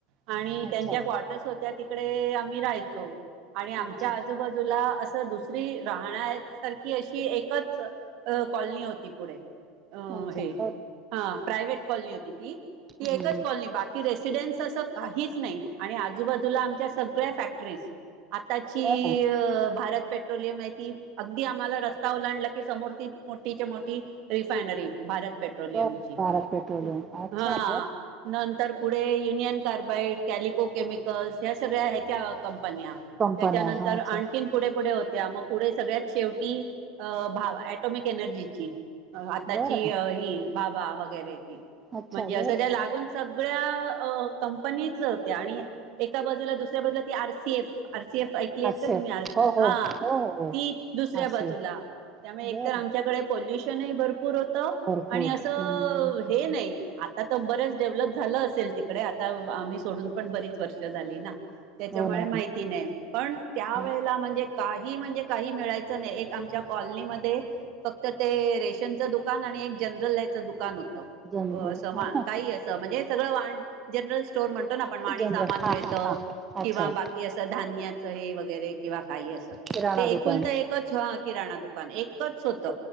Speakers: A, on the right; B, on the right.
A: आणि
B: अच्छा
A: त्यांच्या कॉटर्स होत्या तिकडे आम्ही राहायचो. आणि आमच्या
B: अच्छा
A: आजूबाजूला अस. दुसरी राहण्यासारखी अशी एकच कॉलनी होती. पुढे अ
B: अच्छा
A: हे
B: बर
A: हा. प्रायव्हेट कॉलनी होती. ती ती एकच
B: हम्म
A: कॉलनी बाकी रेस रेसिडेंट असं काहीच नाही. आणि आजूबाजूला आमच्या सगळ्या फॅक्टरीज. आताची
B: बरं
A: भारत पेट्रोलियम आहे. ती अगदी आम्हाला रस्ता ओलांडला की समोर ती मोठीच्या-मोठी. रिफायनरी भारत पेट्रोलियम
B: बरं
A: ची.
B: भारत पेट्रोलियम
A: हा
B: अच्छा बर
A: नंतर पुढे युनियन. कार्बाइड कॅलिको केमिकल्स ह्या सगळ्या याच्या कंप कंपन्या
B: कंपन्या
A: त्याच्यानंतर
B: हा अच्छा
A: आणखीन पुढे-पुढे होत्या. त्या मग पुढे सगळ्यात शेवटी अ भा आटॉमिक-एनर्जीची. आताची
B: बरं
A: ही बाबा वगैरे ती
B: अच्छा
A: म्हणजे. असं
B: बरं
A: त्या लागून. सगळ्या कंपनीच होत्या. आणि एका बाजूला. दुसऱ्या बाजूला. R. C. F R. C. F ऐकली
B: आसेफ
A: का तुम्ही. हा
B: हो हो हो हो हो
A: ती दुसऱ्या
B: आसेफ
A: बाजूला. त्यामुळे एकतर
B: बरं
A: आमच्याकडे पॉल्युशनही भरपूर होतं.
B: भरपूर
A: आणि असं
B: हम्म
A: हे नाही. आता तर बरंच डेव्हलप झालं असेल तिकडे, आता आम्ही सोडून पण बरीच वर्ष झाली ना, त्याच्यामुळे
B: हो ना.
A: माहिती
B: हो
A: नाही, पण त्यावेेळेला
B: ना.
A: म्हणजे काही म्हणजे काही मिळायचं नाही. एक आमच्या कॉलनीमध्ये फक्त ते रेशनचं दुकान आणि एक जनरल याचं दुकान होत.
B: जनरल
A: अस का अस म्हणजे सगळ वा जनरल स्टोर म्हणतो ना वाणी
B: जनरल
A: सामान आपण सा मिळतं
B: हा हा हा
A: किंवा
B: अच्छा
A: बाकी असं धान्याचे हे वगैरे असं काही असं
B: किराणा
A: एकुलत
B: दुकान
A: एक मिळतं. एकच ह किराणा दुकान एकच होत.